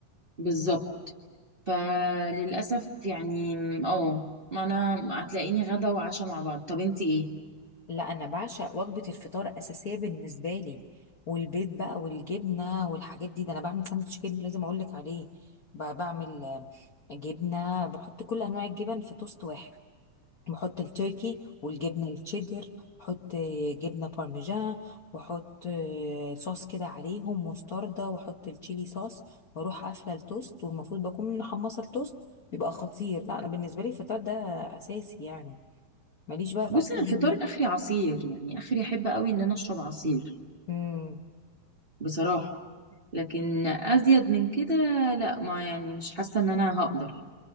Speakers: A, on the right; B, on the left.
A: بالظبط فللاسف يعني اه ما انا هتلاقيني غدا وعشاء مع بعض طب انتي ايه
B: لا انا بعشق وجبه الفطار اساسيه بالنسبه لي والبيض بقى والجبنه والحاجات دي ده انا بعمل ساندوتش جبنه لازم اقول لك عليه ب- بعمل آه، جبنه بحط كل انواع الجبن في توست واحد بحط التركي والجبنه التشيدر بحط آه، جبنه بارميجان واحط آه، صوص كده عليهم مستردة واحط التشيلي صوص واروح قافله التوست والمفروض بكون محمصه التوست بيبقى خطير لا انا بالنسبه لي الفطار ده اساسي يعني ماليش بقى في
A: بصي
B: اكل
A: انا
B: بالليل
A: الفطار اخري عصير يعني اخري احب قوي ان انا اشرب عصير
B: امم
A: بصراحه لكن ازيد من كده لا ما يعني مش حاسه ان انا هقدر